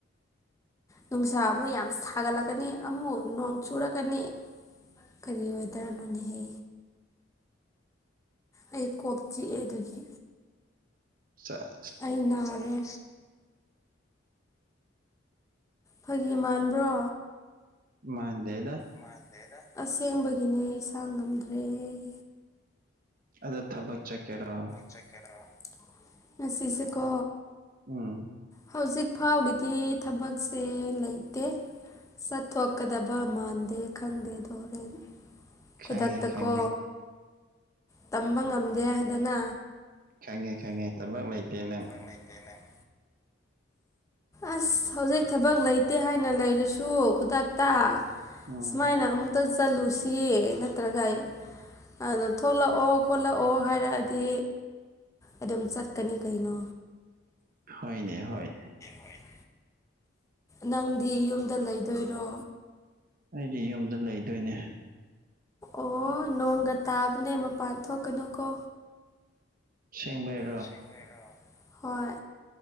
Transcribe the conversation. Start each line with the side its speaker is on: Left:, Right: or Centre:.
Left: ꯅꯨꯡꯁꯥ ꯑꯃꯨꯛ ꯌꯥꯝ ꯁꯥꯒꯠꯂꯛꯀꯅꯤ ꯑꯃꯨꯛ ꯅꯣꯡ ꯆꯨꯔꯛꯀꯅꯤ ꯀꯔꯤ ꯋꯦꯗꯔꯅꯣꯅꯍꯦ ꯑꯩ ꯀꯣꯛ ꯆꯤꯛꯑꯦ ꯑꯗꯨꯒꯤ
Right: ꯁꯦꯁ
Left: ꯑꯩ ꯅꯥꯔꯦ ꯐꯥꯒꯤ ꯃꯥꯟꯕ꯭ꯔꯣ
Right: ꯃꯥꯥꯟꯗꯦꯗ
Left: ꯃꯥꯟꯗꯦꯗ ꯑꯁꯦꯡꯕꯒꯤꯅꯦ ꯏꯁꯥ ꯉꯝꯗ꯭ꯔꯦ ꯑꯩ
Right: ꯑꯗꯣ ꯊꯕꯛ ꯆꯠꯀꯦꯔꯣ
Left: ꯆꯠꯀꯦꯔꯣ ꯉꯁꯤꯁꯦꯀꯣ
Right: ꯎꯝ
Left: ꯍꯧꯖꯤꯛ ꯐꯥꯎꯒꯤꯗꯤ ꯊꯕꯛꯁꯦ ꯂꯩꯇꯦ ꯆꯠꯊꯣꯛꯀꯗꯕ ꯃꯥꯟꯗꯦ ꯈꯪꯗꯦꯗꯣ ꯍꯣꯔꯦꯟ
Right: ꯈꯪꯉꯦ
Left: ꯈꯨꯗꯛꯇ
Right: ꯈꯪꯉꯦ
Left: ꯀꯣ ꯇꯝꯕ ꯉꯝꯗꯦ ꯍꯥꯏꯗꯅ
Right: ꯈꯪꯉꯦ ꯈꯪꯉꯦ ꯊꯕꯛ ꯂꯩꯇꯦ ꯅꯪ
Left: ꯂꯩꯇꯦ ꯅꯪ ꯑꯁ ꯍꯧꯖꯤꯛ ꯊꯕꯛ ꯂꯩꯇꯦ ꯍꯥꯏꯅ ꯂꯩꯔꯁꯨ ꯈꯨꯗꯛꯇ
Right: ꯎꯝ
Left: ꯁꯨꯃꯥꯏꯅ ꯑꯃꯨꯛꯇ ꯆꯠꯂꯨꯁꯤ ꯅꯠꯇ꯭ꯔꯒꯥꯌꯦ ꯑꯗꯣ ꯊꯣꯛꯂꯛꯑꯣ ꯈꯣꯠꯂꯛꯑꯣ ꯍꯥꯏꯔꯛꯑꯗꯤ ꯑꯗꯨꯝ ꯆꯠꯀꯅꯤ ꯀꯩꯅꯣ
Right: ꯍꯣꯏꯅꯦ ꯍꯣꯏꯅꯦ
Left: ꯍꯣꯏꯅꯦ ꯅꯪꯗꯤ ꯌꯨꯝꯗ ꯂꯩꯗꯣꯏꯔꯣ
Right: ꯑꯩꯗꯤ ꯌꯨꯝꯗ ꯂꯩꯗꯣꯏꯅꯦ
Left: ꯑꯣ ꯅꯣꯡꯒ ꯇꯥꯕꯅꯦ ꯃꯄꯥꯟ ꯊꯣꯛꯀꯅꯨ ꯀꯣ
Right: ꯑꯁꯦꯡꯕꯩ
Left: ꯑꯁꯦꯡꯕꯩꯔꯣ ꯍꯣꯏ